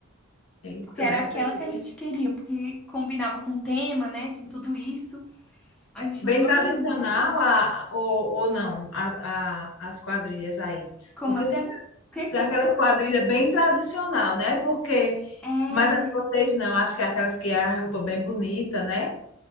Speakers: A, on the left; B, in the centre.
A: Eita,
B: Porque era
A: deve
B: aquela
A: ter sido
B: que a gente queria, porque combinava com o tema, né? Tem tudo isso. A gente
A: bem
B: levava
A: tradicional
B: muito.
A: a, ou, ou não a, a- as quadrilhas aí.
B: Como
A: Porque
B: assim?
A: tem, aquelas-
B: O que que
A: tem
B: você
A: aquelas
B: falou?
A: quadrilhas bem tradicional, né? Porque,
B: É.
A: mas a de vocês não, acho que é aquelas que é a roupa bem bonita, né?